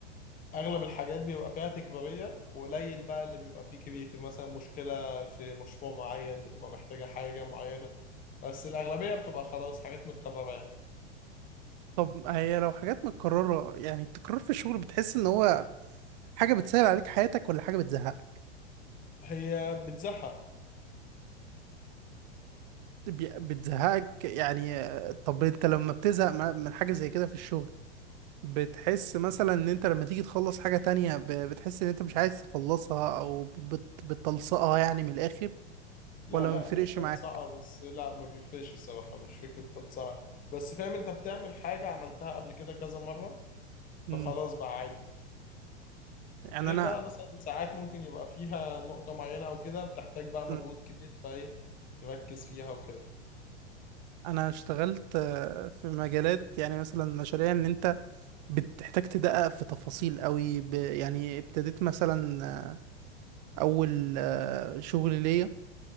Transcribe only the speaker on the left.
اغلب الحاجات بيبقى فيها تكرارية وقليل بقى اللي بيبقى فيه كرياتيف مثلا مشكلة في مشروع معين بتبقى محتاجة حاجة معينة بس الاغلبية بتبقى خلاص حاجات متكررة يعني
هي بتزهق
لا
لا
مش تلصقة
بس لا ما بيفرقش الصراحة مش فكرة تلصقة بس فاهم انت بتعمل حاجة عملتها قبل كده كذا مرة فخلاص
بقى عادي
غير
بقى مثلا ساعات ممكن يبقى فيها نقطة معينة او كده بتحتاج بقى مجهود
كبير فايه تركز فيها وكده